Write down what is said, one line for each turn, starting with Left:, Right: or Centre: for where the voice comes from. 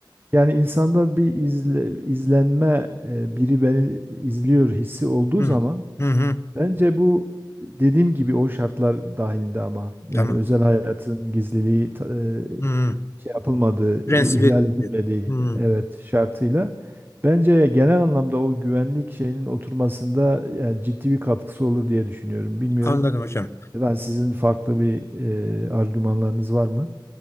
Right: Yani insanda bir izle- izlenme e, biri beni izliyor hissi olduğu
Left: Hı.
Right: zaman
Left: Hı hı.
Right: Bence bu dediğim gibi o şartlar dahilinde ama yani
Left: Tamam.
Right: özel hayatın gizliliği ta- e,
Left: Hı.
Right: şey yapılmadığı,
Left: Prensibi
Right: e, ihlal edilmediği
Left: Hmm,
Right: evet şartıyla bence genel anlamda o güvenlik şeyinin oturmasında yani ciddi bir katkısı olur diye düşünüyorum. Bilmiyorum.
Left: anladım hocam.
Right: Ben sizin farklı bir e, argümanlarınız var mı?